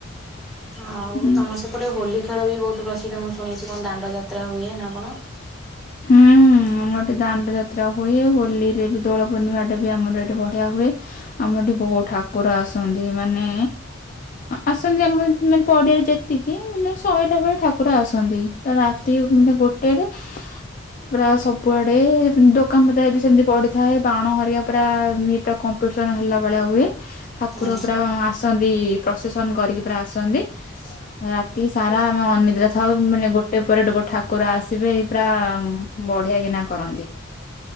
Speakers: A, in the centre; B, on the left (about 40°).
A: ଆଉ
B: ଉଁ
A: ତମର ସେପଟେ ହୋଲି ଖେ ଖେଳ ବି ବହୁତ ପ୍ରସିଦ୍ଧ ମୁଁ ଶୁଣିଚି କଣ ଦାଣ୍ଡ ଯାତ୍ରା ହୁଏ ନା କଣ?
B: ହୁଁ ହୁଁ। ଏଠି ଦାଣ୍ଡ ଯାତ୍ରା ହୁଏ ହୋଲିରେ ବି ଦୋଳ ପୂର୍ଣିମା ଟା ବି ଆମର ଏଠି ବଢିଆ ହୁଏ। ଆମର ଏଠି ବହୁତ୍ ଠାକୁର ଆସନ୍ତି ମାନେ ଆସନ୍ତି ଆମ ମାନେ ପଡିଆରେ ଯେତିକି ମିନିମମ୍ ଶହେଟା ଭଳି ଠାକୁର ଆସନ୍ତି। ରାତି ମାନେ ଗୋଟେରେ। ପୁରା ସବୁଆଡେ ଦୋକାନ ବଜାର ସେମିତି ପଡିଥାଏ ବାଣ ହେରିକା ପୁରା ଇଏଟା କ କମ୍ପିଟେସନ୍ ହେଲା ଭଳିଆ ହୁଏ ଠାକୁର
A: ହୁଁ
B: ପୁରା ଆସନ୍ତି ପ୍ରସେସନ୍ କରିକି ପୁରା ଆସନ୍ତି। ରାତି ସାରା ଆମେ ଅନିଦ୍ରା ଥାଉ ମାନେ ଗୋଟେ ପରେ ଗୋ ଠାକୁର ଆସିବେ ପୁରା ହୁଁ ବଢିଆ କିନା କରନ୍ତି।